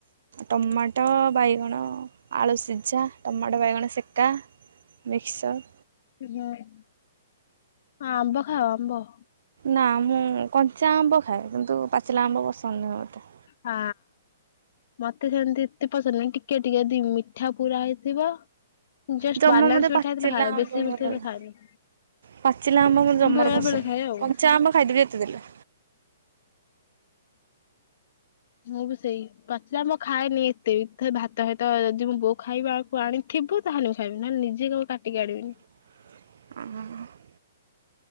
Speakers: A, on the right; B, on the left.
A: ଟମାଟୋ ବାଇଗଣ ଆଳୁ ସିଝା ଟମାଟୋ ବାଇଗଣ ସେକା। ମିକ୍ସଚ
B: ହୁଁ ହଁ ଆମ୍ବ ଖାଅ ଆମ୍ବ?
A: ନା ମୁଁ କଞ୍ଚା ଆମ୍ବ ଖାଏ। କିନ୍ତୁ ପାଚିଲା ଆମ୍ବ ପସନ୍ଦ ନାହିଁ ମୋତେ।
B: ହଁ ମତେ ସେମିତି ଏତେ ପସନ୍ଦ ନାହି ଟିକେ ଟିକେ ଦ ମି ମିଠା ପୁରା ହେଇଥିବ ଜଷ୍ଟ
A: ଜମା
B: ବାଲାନ୍ସ
A: ମୋତେ ପାଚିଲା
B: ମିଠା ହେଇଥିଲେ ଖାଏ।
A: ଆମ୍ବ
B: ବେଶୀ
A: ଭଲ
B: ମିଠା ହେଇଥିଲେ
A: ଲାଗେ।
B: ଖାଏନି।
A: ପାଚିଲା ଆମ୍ବ ଜମାରୁ
B: ମୁଁ ବେଳେ
A: ପସନ୍ଦ
B: ବେଳେ ଖାଏ ଆଉ
A: କଞ୍ଚା ଆମ୍ବ ଖାଇଦବି ଯେତେ ଦେଲେ।
B: ମୁଁ ବି ସେଇ ପଚିଲା ଆମ୍ବ ଖାଏନି ଏତେ ବି ଭାତ ସହିତ ଯଦି ମୁଁ ବୋଉ ଖାଇବାକୁ ଆଣିଥିବ ତା ହେଲେ ମୁଁ ଖାଇବିନ ନିଯେ କଉ କାଟିକି ଆଣିବିନୀ।
A: <unintelligible> <unintelligible>